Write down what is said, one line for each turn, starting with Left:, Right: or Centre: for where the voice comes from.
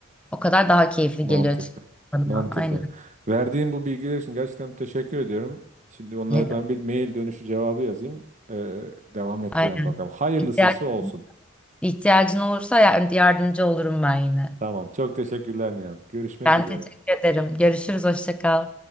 Centre: o kadar daha keyifli
Right: Mantıklı.
Centre: geliyor açıkçası bana.
Right: Mantıklı.
Centre: Aynen.
Right: Verdiğin bu bilgiler için gerçekten teşekkür ediyorum. Şimdi onlara
Centre: Ne
Right: ben
Centre: de-
Right: bir mail dönüşü cevabı yazayım. Ee, devam ettirelim
Centre: Aynen.
Right: bakalım. Hayırlısıysa
Centre: İhtiyaç,
Right: olsun.
Centre: ihtiyacın olursa yar- yardımcı olurum ben yine.
Right: Tamam. Çok teşekkürler Nihan. Görüşmek
Centre: Ben
Right: üzere.
Centre: teşekkür ederim. Görüşürüz. Hoşça kal.